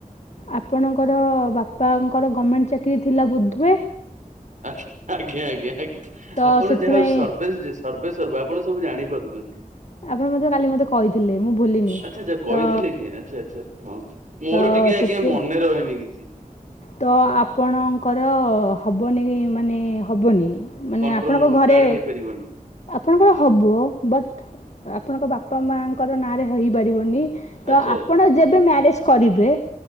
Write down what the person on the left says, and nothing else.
ଆପଣଙ୍କର ବାପାଙ୍କର ଗଭର୍ଣ୍ଣମେଣ୍ଟ ଚାକିରୀ ଥିଲା ବୋଧହୁଏ?
ତ
ସେଥିପାଇଁ
ଆପଣ ମଧ୍ୟ କାଲି ମୋତେ କହିଥିଲେ ମୁଁ ଭୁଲିନି
ତ
ତ
ସେଥି
ତ ଆପଣଙ୍କର ହବ ନେହିଁ ମାନେ ହବନି। ମାନେ
ଆପଣଙ୍କ ଘରେ
ଆପଣଙ୍କର ହବ ବଟ୍ ଆପଣଙ୍କ ବାପା ମାଙ୍କର ନାଁରେ ହେଇପାରିବନି ତ
ଆପଣ ଯେବେ ମ୍ୟାରେଜ୍ କରିବେ